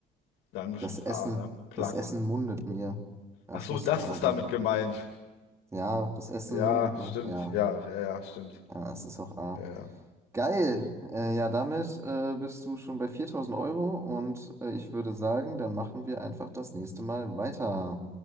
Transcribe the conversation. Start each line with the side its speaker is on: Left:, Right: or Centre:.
Left: dann bestimmt
Right: Das Essen,
Left: A, ne? Placken.
Right: das Essen mundet mir. Ja,
Left: Ach
Right: es
Left: so,
Right: muss
Left: das
Right: doch A
Left: ist
Right: sein.
Left: damit gemeint.
Right: Ja, das Essen
Left: Ja,
Right: mundet
Left: stimmt.
Right: mir. Ja,
Left: Ja, ja, ja, stimmt.
Right: ja, es ist auch A.
Left: Ja, ja.
Right: Geil. Äh, ja, damit äh, bist du schon bei 4000 Euro und äh, ich würde sagen, dann machen wir einfach das nächste Mal weiter.